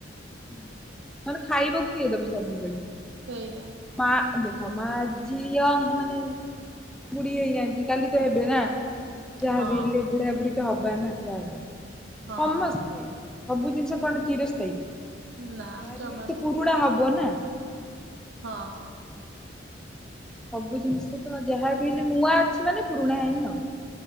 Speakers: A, in the centre; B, on the right.
A: ହୁଁ ନହେଲେ ଖାଇବାକୁ କିଏ ଦେବେ ସବୁବେଳେ?
B: ସେଇଆ।
A: ମାଆ ଦେଖ ମାଆ ଆଜି ୟଙ୍ଗ୍ ମାନେ ବୁଢୀ ହେଇନାହାନ୍ତି କାଲି ତ ହେବେ ନା। ଯାହାବି
B: ହଁ
A: ହେଲେ ବୁଢା ବୁଢୀ ତ ହବା ନା ଯାହାବି ହେଉ,
B: ହଁ
A: ସମସ୍ତେ। ସବୁ ଜିନିଷ କଣ ଚିରସ୍ଥାୟୀ?
B: ନା
A: ଯାହା
B: ଜମା
A: ବିି ହେଲେ
B: ନୁହଁ
A: ତ ପୁରୁଣା ହବ ନା।
B: ହଁ।
A: ସବୁ ଜିନିଷ ତ ଯାହା ବି ହେଲେ ନୂଆ ଅଛି ମାନେ ପୁରୁଣା ହିଁ ହବ।